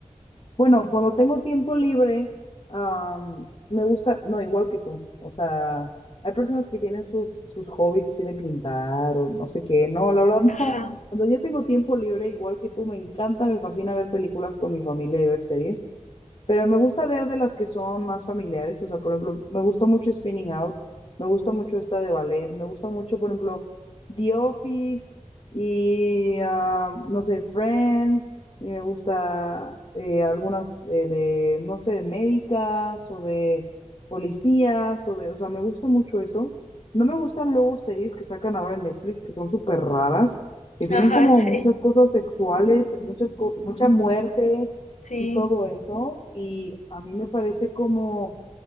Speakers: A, on the left; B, on the left.
A: Bueno, cuando tengo tiempo libre, am, me gusta, no, igual que tú. O sea, hay personas que tienen sus, sus hobbies así de pintar o no sé qué. No, la verdad <laughs>
B: Ajá,
A: no. Cuando yo tengo tiempo libre, igual que tú, me encanta, me fascina ver películas con mi familia y ver series. Pero me gusta ver de las que son más familiares, o sea, por ejemplo, me gustó mucho Spinning Out, me gusta mucho esta de ballet, me gusta mucho, por ejemplo, The Office y, ah, no sé, Friends, y me gusta eh, algunas eh, de, no sé, de médicas o de policías, o de, o sea, me gusta mucho eso. No me gustan luego series que sacan ahora en Netflix que son súper raras, que tienen
B: ajá,
A: como
B: sí,
A: muchas cosas sexuales, muchas, co- mucha muerte
B: sí,
A: y todo eso, y a mí me parece como,